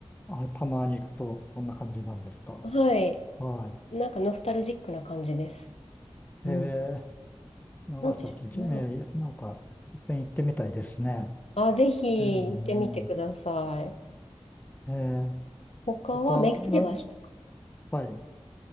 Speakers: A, on the left (about 15°); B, on the left (about 90°).
A: あ、たまに行くと、そんな感じなんですか。
B: <laughs> はい。
A: は
B: なんかノスタルジックな感じです。うん。
A: い。えー、長崎、
B: なんでしょうね。
A: じえー、なんか、いっぺん行ってみたいですね。
B: あ、ぜひ行ってみてください。
A: うん、うん。え
B: 他はメガネ橋とか。
A: ー、他、な、はい。